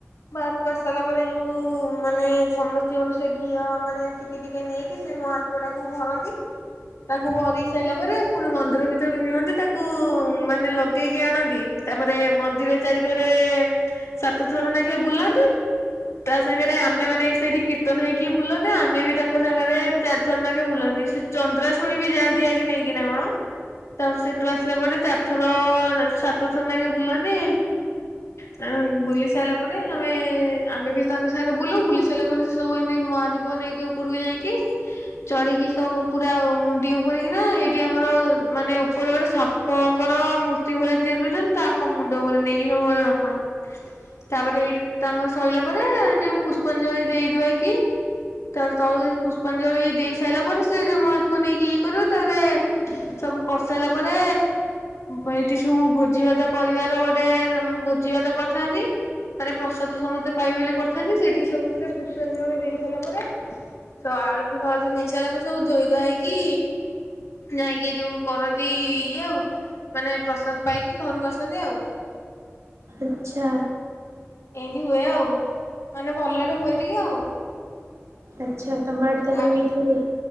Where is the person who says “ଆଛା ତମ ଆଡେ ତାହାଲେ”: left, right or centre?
Right